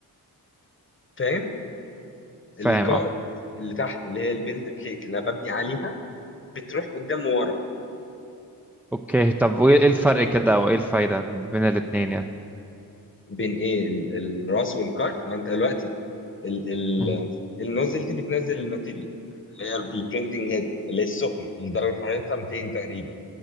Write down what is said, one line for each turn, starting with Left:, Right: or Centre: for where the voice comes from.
Left: فاهم
Centre: فاهم
Left: الكارت
Centre: اه
Left: اللي تحت اللي هي البيلد بليت اللي انا ببني عليها بتروح قدام وورا
Centre: اوكي طب وايه إيه الفرق كده او ايه الفايدة بين الاتنين يعني
Left: بين ايه ال- الراس والكارت ما انت دلوقتي ال ال
Centre: مهم.
Left: النوزل دي بتنزل الماتيريال اللي هي البرينتنج هيد اللي هي السخنه اللي درجه حرارتها 200 تقريبا